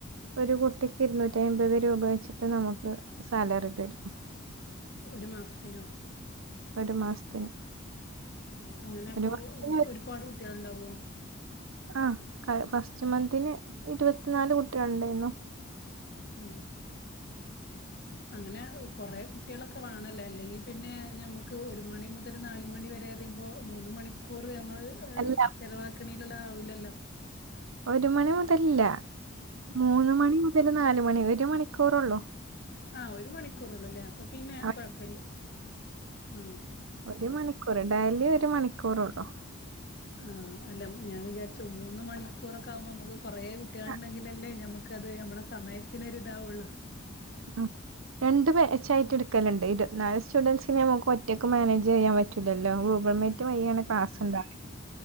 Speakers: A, on the right; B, on the left.
A: ഒരു കുട്ടിക്ക് ഇരുന്നൂറ്റി അമ്പത് രൂപ വെച്ചിട്ട് നമുക്ക് സാലറി തരും.
B: ഒരു മാസത്തിനോ?
A: ഒരു മാസത്തിന്.
B: ഉം അങ്ങനെപ്പൊ
A: ഒരു മാസത്തിന്
B: ഒരുപാട് കുട്ടികൾ ഉണ്ടാവോ?
A: ആ ഫസ്റ്റ് മന്തിന് ഇരുപത്തിനാല് കുട്ടികൾ ഉണ്ടായിരുന്നു.
B: ആ അങ്ങനെ കൊറെ കു കുട്ടികളൊക്കെ വേണമല്ലോ. അല്ലെങ്കിൽ പിന്നെ നമുക്ക് ഒരു മണി മുതൽ നാല് മണി വരെ പറിയുമ്പോ മൂന്ന് മണി കൂറ് നമ്മള്
A: അല്ല
B: ചെലവാക്ക്ണേല്ള്ളതാവൂലല്ലോ.
A: ഒരു മണി മുതലില്ല. മൂന്ന് മണി മുതൽ നാല് മണി. ഒരു മണിക്കൂറൊള്ളോ
B: ആ ഒരു മണിക്കൂറള്ളുല്ലേ. അപ്പൊ പിന്നെ
A: അവ
B: കുഴപ്പല്ല. ആ
A: ഒരു മണിക്കൂറ്. ഡെയിലി ഒരു മണിക്കൂറൊള്ളു.
B: ആ അല്ല ഞാൻ വിചാരിച്ചു മൂന്ന് മണിക്കൂറൊക്കെ ആവുമ്പോ നമുക്ക് കുറേ കുട്ടികൾ
A: ആഹ്.
B: ഉണ്ടെങ്കിലല്ലേ, ഞമ്മക്കത് നമ്മളെ സമയത്തിനൊരിതാവുള്ളു.
A: ആഹ്. രണ്ട് ബാച്ച് ആയിട്ട് എടുക്കലുണ്ട്. ഇരുത്തി നാല് സ്റ്റുഡൻറ്സിനെ നമുക്ക് ഒറ്റക്ക് മാനേജ് ചെയ്യാൻ പറ്റൂല്ലല്ലോ? ഗൂഗിൾ മീ റ്റ് വയ്യാണ് ക്ലാസ്ണ്ടാവ് ല്